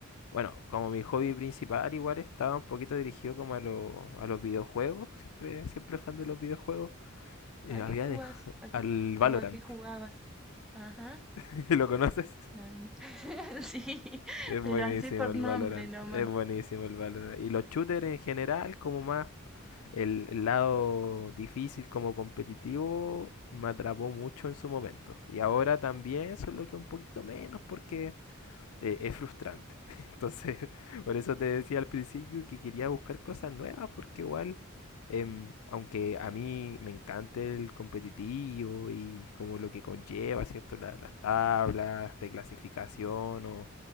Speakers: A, on the left; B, in the centre.
A: bueno, como mi hobby principal igual estaba un poquito dirigido como a, lo- a los videojuegos, siempre, siempre fan de los videojuegos. Eh,
B: ¿a
A: había
B: qué jugás?
A: dejado
B: ¿A,
A: al Valorant,
B: o a qué jugabas? Ajá.
A: <laughs> ¿lo conoces?
B: Extraño. <laughs> Sí,
A: Es buenísimo
B: pero así por
A: el
B: nombre
A: Valorant,
B: nomás.
A: es buenísimo el Valorant. Y los shooters en general, como más el, el lado difícil como competitivo me atrapó mucho en su momento. Y ahora también, solo que un poquito menos porque eh, es frustrante. <laughs> Entonces, <laughs> por eso te decía al principio que quería buscar cosas nuevas porque igual, em, aunque a mí me encanta el competitivo y como lo que conlleva, ¿cierto? La- las tablas de clasificación o,